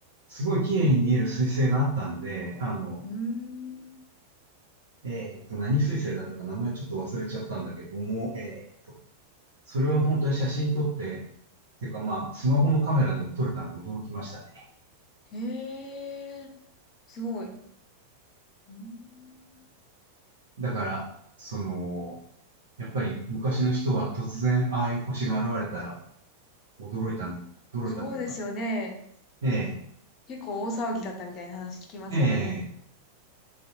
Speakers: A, on the right; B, on the left.
A: すごい綺麗に見える彗星があったんで、あの、
B: うーん。
A: えっと、何水星だったか名前ちょっと忘れちゃったんだけども、えーそれを本当に写真撮って、っていうかまあ、スマホのカメラでも撮れたんで驚きましたね。
B: へえ、すごい。うーん。
A: だから、その、やっぱり昔の人は突然ああいう星が現れたら驚いたん、驚いたというか、
B: そうですよね。
A: ええ
B: 結構大騒ぎだったみたいな話聞きますよね。
A: ええ